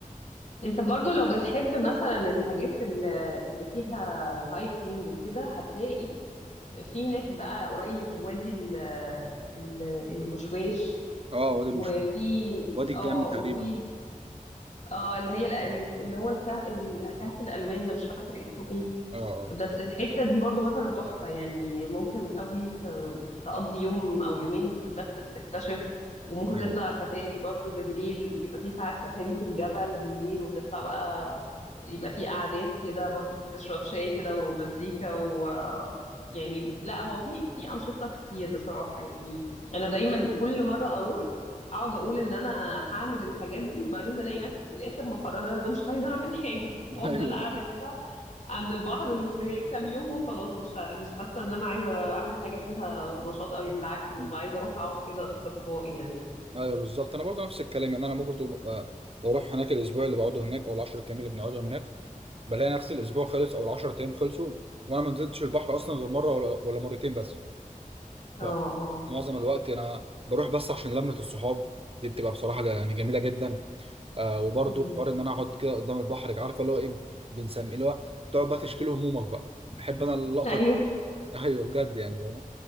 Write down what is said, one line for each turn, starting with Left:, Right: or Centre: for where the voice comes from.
Left: انت برضو لو بتحب مثلا الحاجات ال- اللي فيها هايكينج وكده هتلاقي في هناك بقى قريب وادي ال ال الوشواش
Right: اه وادي
Left: وفي
Right: الوشم وادي
Left: اه
Right: الجنة تقريبا
Left: وفي اه اللي هي ال- اللي هو الكه- الكهف الالوان ده مش فاكره اسمه ايه
Right: اه اه
Left: بس الحتة دي برضو مثلا تحفة يعني ممكن قوي ت- تقضي يوم أو يومين بس بتكتشف وممكن
Right: أيوة.
Left: تطلع سفاري برضو بالليل بيبقى في ساعات سفاري في الجبل بالليل وتطلع بقى يبقى في قعدات كده برضو تشرب شاي كده ومزيكا و يعني لا هو في في أنشطة كتير بصراحة يعني أنا دايما كل مرة أروح أقعد أقول إن أنا هعمل الحاجات دي وبعدين بلاقي نفسي في الآخر مقررة إن أنا مش عايزة أعمل حاجة
Right: <laughs>
Left: وأفضل
Right: ايوه
Left: قاعدة كده عند البحر ال- كام يوم وخلاص مش ه- مش حاسه ان انا عايزه اعمل حاجه فيها نشاط قوي بالعكس ببقى
Right: مم.
Left: عايزه اروح اقعد كده استرخاء يعني
Right: ايوه بالظبط انا برضه نفس الكلام يعني انا برضه ببقى- بروح هناك الاسبوع اللي بقعده هناك او ال 10 ايام اللي بنقعدهم هناك بلاقي نفس الاسبوع خلص او ال 10 ايام خلصوا وانا ما نزلتش البحر اصلا غير مره ولا, ولا مرتين بس
Left: اه
Right: ف-
Left: اه
Right: معظم الوقت انا بروح بس عشان لمه الصحاب دي بتبقى بصراحه جا- يعني جميله جدا آه وبرضه
Left: مم.
Right: حوار ان انا اقعد كده قدام البحر عارفه اللي هو ايه بنسميه اللي هو تقعد بقى تشكيل همومك بقى بحب انا اللقطه
Left: ايوه
Right: دي. ايوه بجد يعني